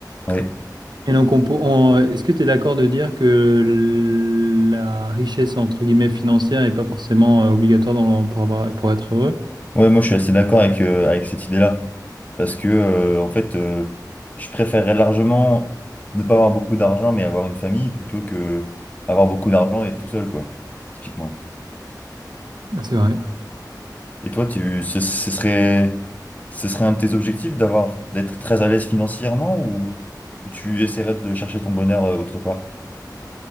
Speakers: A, on the left (about 20°); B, on the right (about 80°).
A: Oui.
B: Et donc, on, peut- on- est-ce que tu es d'accord de dire que l- la richesse, entre guillemets, financière n'est pas forcément euh, obligatoire dans le- pour avoir, pour être heureux?
A: Ouais, moi je suis assez d'accord avec, euh, avec cette idée-là. Parce que, euh, en fait, euh, je préférerais largement ne pas avoir beaucoup d'argent, mais avoir une famille, plutôt que avoir beaucoup d'argent et être tout seul, quoi, typiquement.
B: C'est vrai.
A: Et toi, tu, ce, ce serait, ce serait un de tes objectifs d'avoir, d'être très à l'aise financièrement ou, ou tu essaierais de chercher ton bonheur euh, autre part?